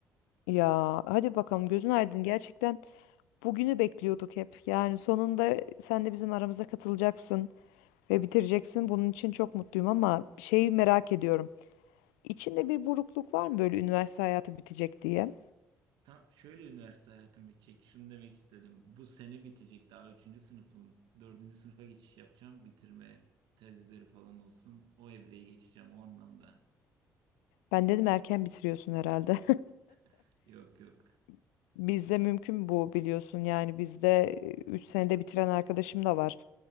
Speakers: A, on the left (about 75°); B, on the right (about 70°).
A: Ya hadi bakalım gözün aydın gerçekten bugünü bekliyorduk hep. Yani sonunda sen de bizim aramıza katılacaksın ve bitireceksin. Bunun için çok mutluyum ama bir şeyi merak ediyorum. İçinde bir burukluk var mı böyle üniversite hayatı bitecek diye?
B: Tam şöyle üniversite hayatım bitecek. Şunu demek istedim. Bu sene bitecek. Daha üçüncü sınıfım. Dördüncü sınıfa geçiş yapacağım. Bitirme tezleri falan olsun. O evreyi geçeceğim o anlamda.
A: Ben dedim erken bitiriyorsun herhalde.
B: <laughs> Yok yok.
A: <laughs> Bizde mümkün bu biliyorsun yani bizde e, 3 senede bitiren arkadaşım da var.